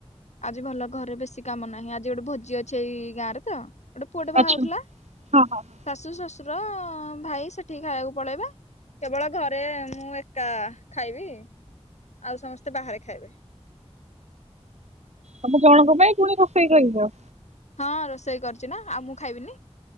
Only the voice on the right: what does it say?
ଆଚ୍ଛା ହଁ ହଁ ହଁ।
ତମେ ଜଣଙ୍କ ପାଇଁ ପୁଣି ରୋଷେଇ କରିବ?